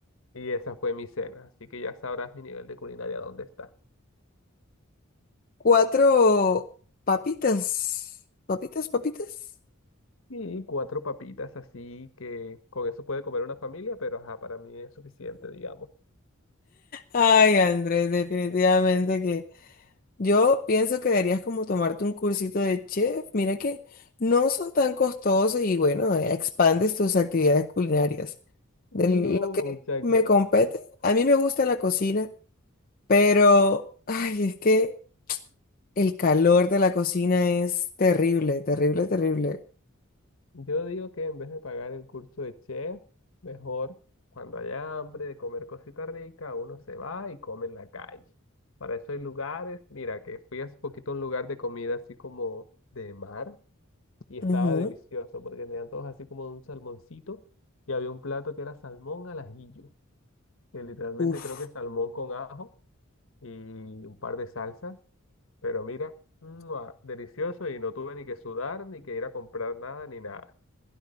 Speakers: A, on the left (about 70°); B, on the left (about 40°).
A: y esa fue mi cena. Así que ya sabrás mi nivel de culinaria dónde está.
B: Cuatro papitas, papitas, papitas.
A: Y cuatro papitas así que con eso puede comer una familia, pero ajá, para mí es suficiente, digamos.
B: Ay, Andrés, definitivamente que Yo pienso que deberías como tomarte un cursito de chef. Mira que no son tan costosos y bueno, eh, expandes tus actividades culinarias.
A: No,
B: De lo que
A: muchas
B: me
A: gracias.
B: compete, a mí me gusta la cocina, pero ay, es que el calor de la cocina es terrible, terrible, terrible.
A: Yo digo que en vez de pagar el curso de chef, mejor cuando haya hambre de comer cosita rica, uno se va y come en la calle. Para eso hay lugares, mira, que fui hace poquito a un lugar de comida así como de mar y estaba
B: Ujú.
A: delicioso porque tenían todos así como un salmoncito y había un plato que era salmón al ajillo, que literalmente
B: Uf.
A: creo que es salmón con ajo y un par de salsas, pero mira, ¡mua! delicioso y no tuve ni que sudar, ni que ir a comprar nada, ni nada.